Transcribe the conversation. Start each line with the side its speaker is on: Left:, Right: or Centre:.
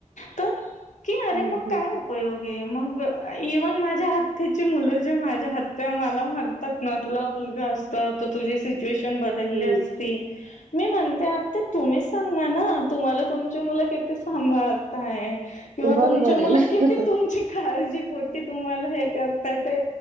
Left: तर की अरे
Right: हम्म
Left: मग
Right: हम्म.
Left: काय उपयोग आहे मग इव्हन माझ्या हक्काची मुलं जे माझ्या आत्त्या मला म्हण त्यात ना तुला मुलगा असता तर तुझी से च्युएशन बदलली
Right: हम्म
Left: असती, मी म्हणते आता तुम्ही सांगा ना तुम्हाला तुमची मुलं किती सांभाळत आहे किंवा
Right: बरोबर
Left: तुमच्या मुलं
Right: आहे ना
Left: किती तुमची काळजी पोटी तुम्हाला हे करताय ते